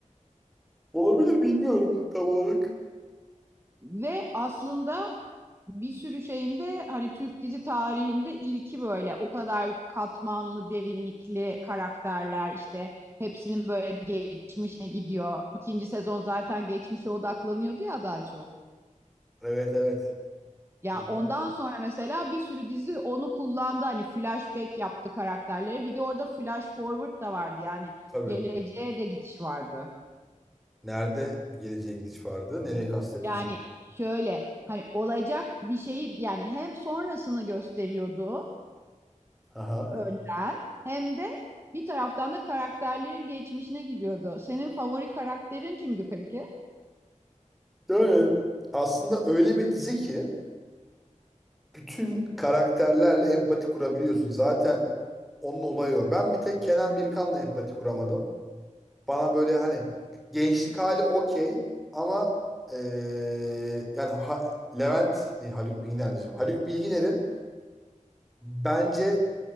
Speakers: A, in the centre; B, on the right (about 20°).
A: olabilir bilmiyorum tam olarak.
B: Ve aslında bir sürü şeyinde hani Türk dizi tarihinde ilki böyle o kadar katmanlı, derinlikli karakterler işte hepsinin böyle geçmişe gidiyor. İkinci sezon zaten geçmişe odaklanıyordu ya daha çok.
A: Evet evet.
B: Ya
A: Ya,
B: ondan sonra mesela bir sürü dizi onu kullandı hani flashback yaptı karakterlere. Bir de orada flash forward da vardı yani
A: tabii.
B: geleceğe de gidiş vardı.
A: Nerede geleceğe gidiş vardı? Nereye kastediyorsun?
B: Yani şöyle hani olacak bir şeyi yani hem sonrasını gösteriyordu
A: Aha.
B: önden hem de bir taraftan da karakterlerin geçmişine gidiyordu. Senin favori karakterin kimdi peki?
A: Böyle aslında öyle bir dizi ki bütün karakterlerle empati kurabiliyorsun. Zaten onun olayı o. Ben bir tek Kenan Birkan'la empati kuramadım. Bana böyle hani gençlik hali okey ama eee, yani Ha- Levent değil, Haluk Bilginer diyeceğim. Haluk Bilginer'in bence